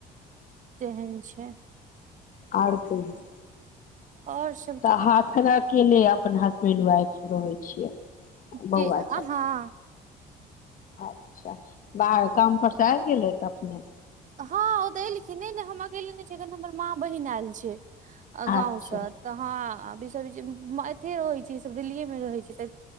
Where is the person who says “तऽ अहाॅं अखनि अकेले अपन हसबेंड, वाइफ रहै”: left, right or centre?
Left